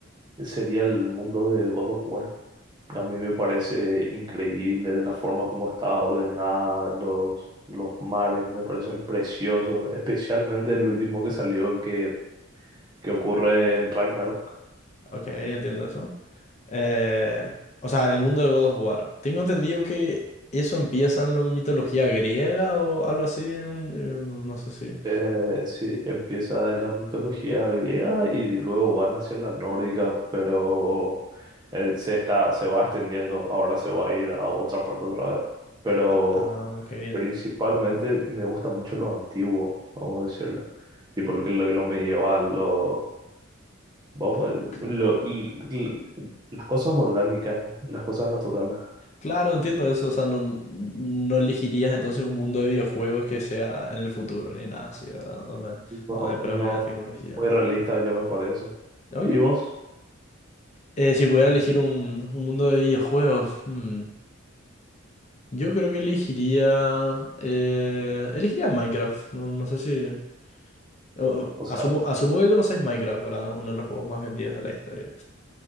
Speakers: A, on the right; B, on the left.
A: sería el mundo de God of War. A mí me parece increíble de la forma como está ordenada, los, los mares me parecen preciosos, especialmente el último que salió que, que ocurre en Ragnarok.
B: Ok, entiendo eso. Eh, o sea, el mundo de God of War. Tengo entendido que eso empieza en la mitología griega o algo así. en un- eh, No, no sé si.
A: Eh, sí, empieza en la mitología griega y luego van hacia la nórdica, pero él se está, se va extendiendo, ahora se va a ir a otra parte otra vez. Pero
B: Ah, ah,
A: Principalmente me gusta mucho lo antiguo, vamos a decirlo, Tipo lo que lo, que lo medieval, lo, vamos, a-
B: ok.
A: lo- l- l- las cosas orgánicas, las cosas naturales.
B: Claro, entiendo eso, o sea, no, no elegirías entonces un mundo de videojuegos que sea en el futuro, ni nada así, ¿verdad? Donde,
A: No,
B: donde predomina
A: no,
B: la tecnología.
A: muy realista ya me parece.
B: Ok.
A: ¿Y vos?
B: Eh, si pudiera elegir un, un mundo de videojuegos, hmm, yo creo que elegiría... eh, elegiría Minecraft, no, no sé si... o- o-
A: O sea,
B: asumo, asumo que conoces Minecraft, ¿verdad? Es uno de los juegos más vendidos de la historia.